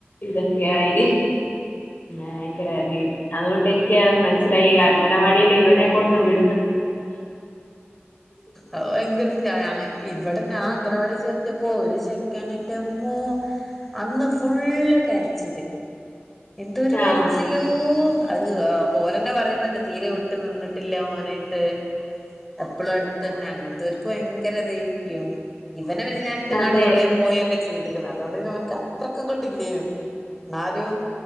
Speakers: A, on the left (about 50°); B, in the centre.
A: ഇതൊക്കെയായി ഭയങ്കര അടികിട്ടും അത് കൊണ്ട് എനിക്യാമൻസ്സിലായി ക്യഅങ്കനവാടിലി വനെ കൊണ്ട് വ്
B: അത് ഭയങ്കര <unintelligible> ഇവടെ നാഅങ്കനവാടി ചേർത്തിയപ്പോ ഒരു ചെക്കന് ൻ്റമ്മോ അന്ന് ഫുള്ള് കരച്ചില് എന്തൊരു കരച്ചിലോ
A: ആഹ്
B: ഓ അത് പ്പോരന്നെപറിയ്ന്ന്ണ്ട് തീരെ വിട്ട് നിന്നിട്ടില്ല ഓനായിട്ട് എപ്പളുഅട്ത്തന്നെ അങ്ങൻത്തോര്ക്ക് വയങ്കരെ തേര്ക്യും ഇവന പിന്നെ ഞാൻ ഇട്ട്ങ്ങാണ്ട്
A: അതെ
B: കൊറേ പോയൊക്കെ ചീത്ക്ക്ണ് അതോണ്ട് കമൻ ക ത്രക്കങ്ങട്ടില്ലേനും ന്നാലും